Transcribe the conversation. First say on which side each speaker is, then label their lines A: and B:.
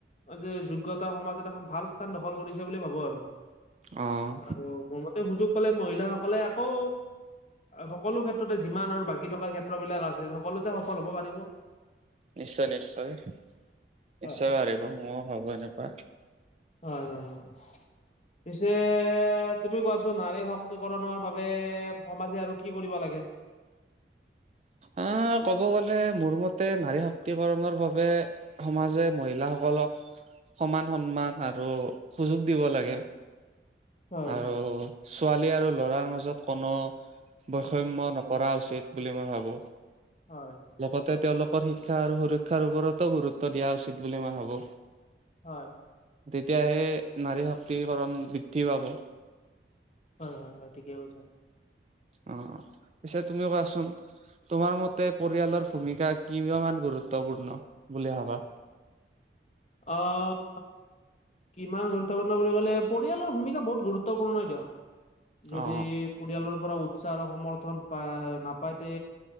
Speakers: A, on the left; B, on the right.
A: যে যোগ্যতাৰ সমাজত এখন ভাল স্থান দখল কৰিছে বুলি ভাবো আৰু
B: অ'
A: আৰু মোৰ মতে সুযোগ পালে মহিলাসকলে আকৌ সকলো ক্ষেত্ৰতে যিমান আৰু বাকী থকা ক্ষেত্ৰ বিলাক আছে সকলোতে সফল হ'ব পাৰিব
B: নিশ্চয় নিশ্চয় নিশ্চয়
A: হয়
B: পাৰিব ময়ো ভাবো এনেকুৱা
A: হয় হয় হয় পিছে তুমি কোৱাছোন নাৰী শক শক্তি কৰণৰ বাবে সমাজে আৰু কি কৰিব লাগে
B: আহ ক'ব গ'লে মোৰ মতে নাৰী শক্তিকৰণৰ বাবে সমাজে মহিলাসকলক সমান সন্মান আৰু সুযোগ দিব লাগে
A: হয়
B: আৰু ছোৱালী আৰু লৰাৰ মাজত কোনো বৈষম্য নকৰা উচিত বুলি মই ভাবো
A: হয়
B: লগতে তেওঁলোকৰ শিক্ষা আৰু সুৰক্ষাৰ ওপৰতো গুৰুত্ব দিয়া উচিত বুলি মই ভাবো
A: হয়
B: তেতিয়াহে নাৰী শক্তিকৰণ বৃদ্ধি পাব
A: হয় হয় হয় ঠিকে কৈছা
B: অ পিছে তুমি কোৱাচোন তোমাৰ মতে পৰিয়ালৰ ভূমিকা কিয় ইমান গুৰুত্বপূৰ্ণ বুলি ভাবা
A: অ কিমান গুৰুত্বপূৰ্ণ বুলি ক'লে পৰিয়ালৰ ভূমিকা বহুত গুৰুত্বপূৰ্ণই দিয়ক যদি
B: অ
A: পৰিয়ালৰ পৰা উৎসাহ আৰু সমৰ্থন পা নাপাইতে